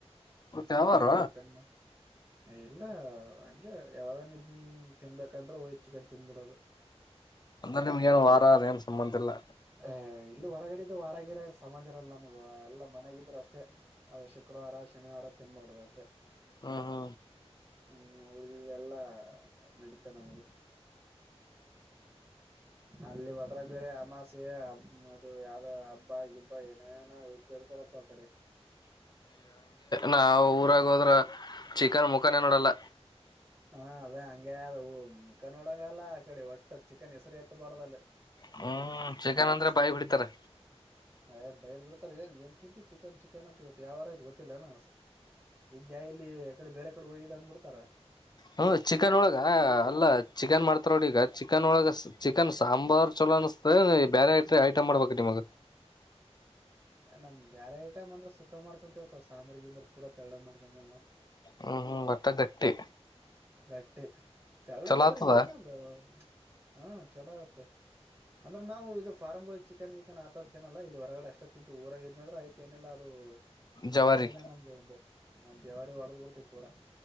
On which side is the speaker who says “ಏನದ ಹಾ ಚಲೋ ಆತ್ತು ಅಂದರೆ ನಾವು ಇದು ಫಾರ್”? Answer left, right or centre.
Right